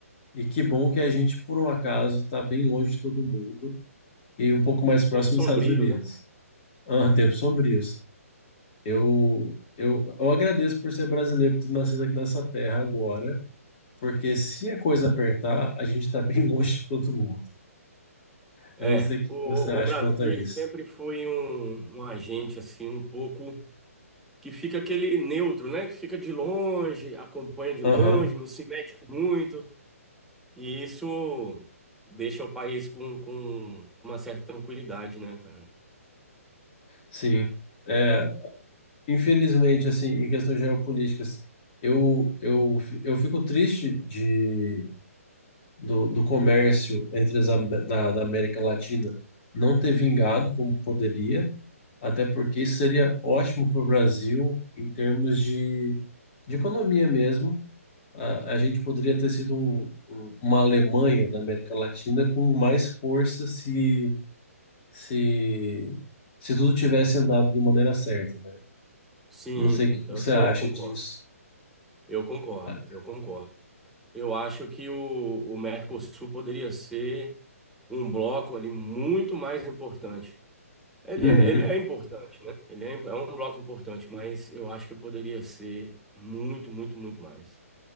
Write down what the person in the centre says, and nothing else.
Tempos sombrios,
né?
É.
O,
o Brasil,
ele sempre foi um, um agente, assim, um pouco que fica aquele neutro, né? Que fica de longe, acompanha de
longe, não se mete muito. E isso deixa o país com, com, com uma certa tranquilidade, né, cara?
Sim,
eu, eu
concordo.
Eu concordo,
eu concordo. Eu acho que o, o Mercosul poderia ser um bloco ali muito mais importante. Ele
é, ele é importante, né? Ele é, é um bloco importante, mas eu acho que poderia ser muito, muito, muito mais.